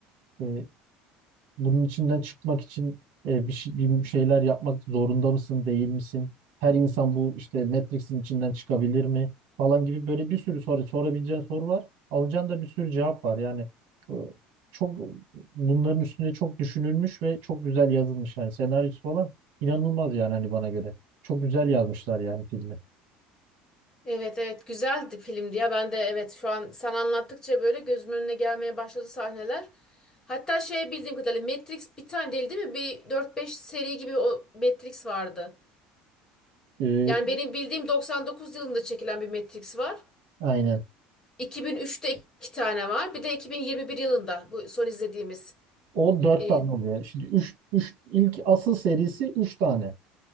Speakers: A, on the right; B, on the left.
A: e, bunun içinden çıkmak için e, bir, şey- bir şeyler yapmak zorunda mısın, değil misin? Her insan bu işte Matrix'in içinden çıkabilir mi? Falan gibi böyle bir sürü soru sorabileceğin soru var. Alacağın da bir sürü cevap var. Yani e, çok bunların üstünde çok düşünülmüş ve çok güzel yazılmış. Yani senaryosu falan inanılmaz yani hani bana göre. Çok güzel yazmışlar yani filmi.
B: Evet evet güzeldi filmdi ya. Ben de evet şu an sen anlattıkça böyle gözümün önüne gelmeye başladı sahneler. Hatta şey bildiğim kadarıyla Matrix bir tane değil değil mi? Bir dört beş seri gibi o Matrix vardı.
A: E,
B: Yani benim bildiğim 99 yılında çekilen bir Matrix var.
A: aynen.
B: 2003'te iki tane var. Bir de 2021 yılında bu son izlediğimiz.
A: O dört
B: Ee,
A: tane oluyor. Şimdi üç, üç, ilk asıl serisi üç tane.